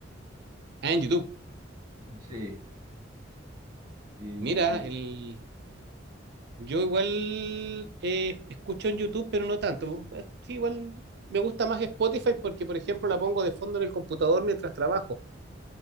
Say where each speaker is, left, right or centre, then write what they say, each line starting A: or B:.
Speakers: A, on the right (about 60°); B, on the right (about 20°).
A: ah, en YouTube.
B: Sí, sí, en
A: Mira,
B: YouTube.
A: el, yo igual eh, escucho en YouTube, pero no tanto. Eh, Sí, igual me gusta más Spotify porque, por ejemplo, la pongo de fondo en el computador mientras trabajo.